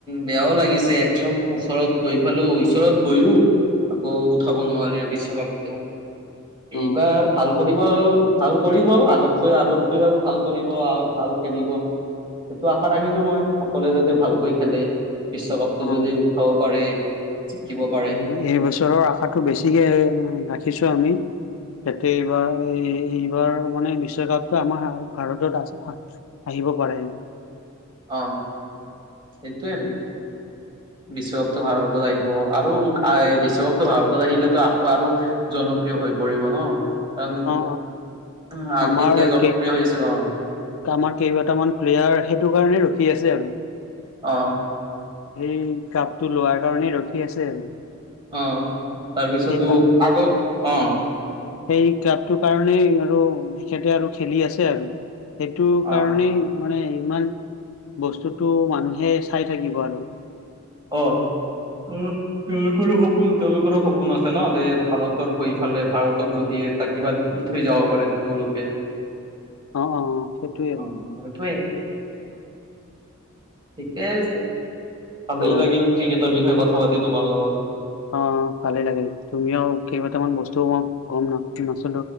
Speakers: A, on the right; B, on the left.
A: বেয়াও লাগিছে? একদম ওচৰত গৈ পালো ওচৰত গৈও আকৌ উঠাব নোৱাৰি বিশ্বকাপটো
B: অ
A: এইবাৰ ভাল কৰিব ভাল কৰিব আগতকৈ আগতকৈ আৰু ভাল কৰিব আৰু ভাল খেলিব! সেইটো আশা ৰাখিছো মই সকলোৱে যাতে ভালকৈ খেলে! বিশ্বকাপটো
B: অ
A: যদি উৎসও পাৰে এইবোৰ? যিকিব পাৰো!
B: উ ম, এই বছৰৰ আশাটো বেছিকে ৰাখিছো আমি! তাতে এইবাৰ এইবাৰ মানে বিশ্বকাপটো আমাৰ ভাৰতত আছে হয়! আহিব পাৰে?
A: অহ 'সেইটোয়ে! বিশ্বকাপটো ভাৰতত আহিব আৰু বিশ্বকাপটো ভাৰতত আহিলেতো আকৌ আৰু জনপ্ৰিয় হৈ পৰিব ন? কাৰণ
B: অ অ
A: আগ
B: আমাৰ
A: এতিয়া জনপ্ৰিয়
B: কেই
A: হৈছে! অ'
B: আমাৰ কেইবাটাামান প্লেয়াৰ সেইটো কাৰণে ৰখি আছে আৰু
A: অ'
B: সেই কাপটো লোৱাৰ কাৰণেই ৰখি আছে! আৰু
A: অ'তাৰপিছতো
B: সেই কা
A: আগত! অ'
B: সেই ক্লাবটোৰ কাৰণেই আৰু তেখেতে আৰু খেলি আছে আৰু সেইটো
A: অ
B: কাৰণেই মানে ইমান বস্তুতটো মানুহে চাই থাকিব আৰু?
A: অ <unintelligible> তেওঁলোকৰো সপোন তেওঁলোকৰো সপোন আছে ন যে ভাৰতৰ হৈ এইফালে ভাৰতক যদিয়ে তাকিবাত দি থৈ যাব পাৰে তেঁওলোকে
B: অ অ সেইটোৱে
A: অ
B: আৰু
A: সেইটোৱে ঠিকে আছে ভালেই
B: অ
A: লাগিল ক্ৰিকেটৰ বিষয়ে কথা পাতি তোমাৰ লগত!
B: অ' ভালেই লাগিল! তুমিও কেইবটামান বস্তু মই কম নাচো!